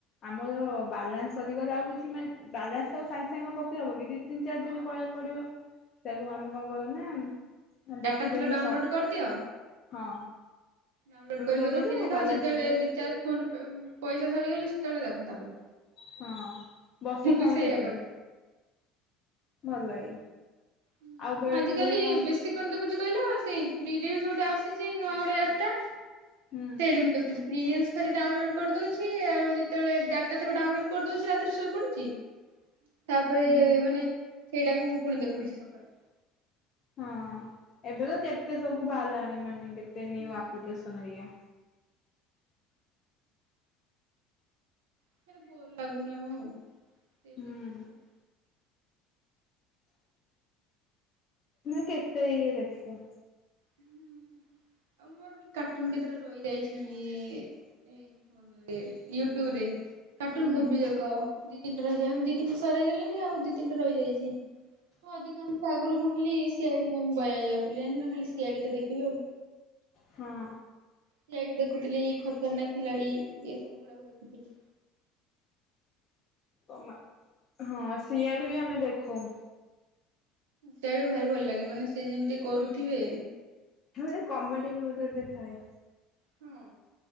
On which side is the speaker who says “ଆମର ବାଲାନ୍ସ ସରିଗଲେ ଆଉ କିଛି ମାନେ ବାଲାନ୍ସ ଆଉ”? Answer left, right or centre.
Left